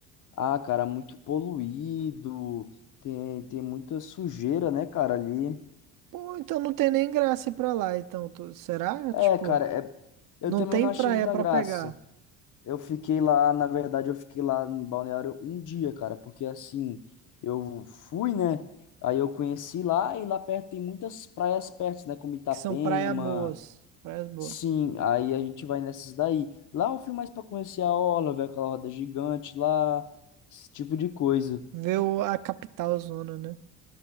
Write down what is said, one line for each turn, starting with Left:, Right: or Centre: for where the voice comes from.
Left: Ah, cara, muito poluído, tem, tem muita sujeira, né, cara, ali.
Right: Pô, então não tem nem graça ir pra lá, então. tu- Será?
Left: É,
Right: Tipo,
Left: cara, é, eu
Right: não
Left: também
Right: tem
Left: não achei
Right: praia
Left: muita
Right: pra
Left: graça.
Right: pegar.
Left: Eu fiquei lá, na verdade, eu fiquei lá em Balneário um dia, cara, porque assim, eu fui, né, aí eu conheci lá e lá perto tem muitas praias perto, né, como Itapema,
Right: que são praia boas, praias boas.
Left: sim, aí a gente vai nessas daí. Lá eu fui mais pra conhecer a orla, ver aquela roda gigante lá, esse tipo de coisa.
Right: Ver o- a capital zona, né?